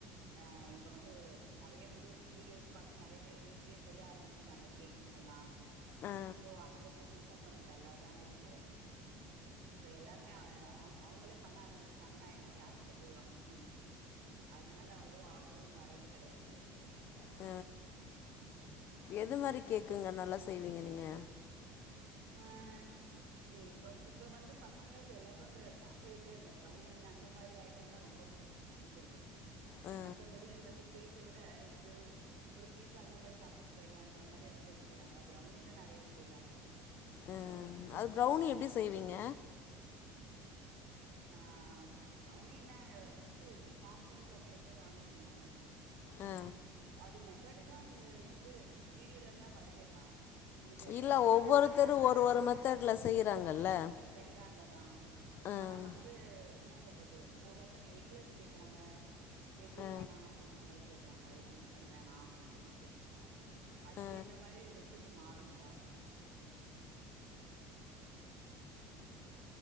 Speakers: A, on the right (about 75°); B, on the left (about 55°).
A: ஆ இப்ப வந்து நெறைய வந்து வீடியோஸ் பாத்து நெறைய பேர் வீட்லயே செய்ய ஆரம்பிச்சுட்டாங்க கேக்குங்கல்லா
B: ஆ
A: சோ அந்த பிஸ்னஸும் கொஞ்சம் டல்லாதா இருக்கு இப்ப எல்லாருமே அவுங்களே பண்ண ஆரம்பிச்சுட்டாங்கன்னா யாருகிட்ட போய் வாங்குவங்க அதனால அவ்ளோ ஆர்டறும் வர்றது கிடையாது
B: ஹ
A: ம்
B: எது மாரி கேக்குங்க நல்லா செய்வீங்க நீங்க
A: ஆஹ இப்ப - இப்ப வந்து பசங்களுக்கு எல்லாருக்கும் இந்த சாக்லேட்டு அந்த ப்ரௌனி அந்த மாரி ஐட்டம் தான் ரொம்ப புடிச் - புடிச்சிருக்கு
B: ஆ
A: மத்தபடி வந்து கேக்க விட இது ஒரு பீஸ் அந்த மாரி சாப்பிட்டுட்டு போய்லாம்ன்றமரி யோசிக்கிறாங்க ப்ரௌனி தான் நெறைய சேல் ஆகுது
B: ஆ அது ப்ரௌனி எப்டி செய்வீங்க
A: ஆஹ ப்ரௌனின்ன இது காம்பவுண்ட் சாக்லேட்டு வாங்கிக்கணும்
B: ஆ
A: அது மெத்தடு தான் இது வீடியோலலாம் வருதேப்பா உங்களுக்கு
B: இல்ல
A: வேணுன்னா
B: ஒவ்வொருத்தரும்
A: நான் வேணா நானு
B: ஒரு - ஒரு மெத்தடுல செய்றாங்கல்ல
A: செய்யறாங்க தா
B: அஹ
A: ஆனா வந்து ன சொல்றது ஒவ்வொருத்தவங்க எக்லஸ் கேக்குறாங்க எகு
B: ஆ
A: வேணா அப்டின்ற மாரி கேக் <unintelligible> வேணா அப்டின்றமரி கேக்குறாங்க அதுக்கேத்த
B: ஆ
A: மாரி ரெசிப் பி மாரும்ல உம்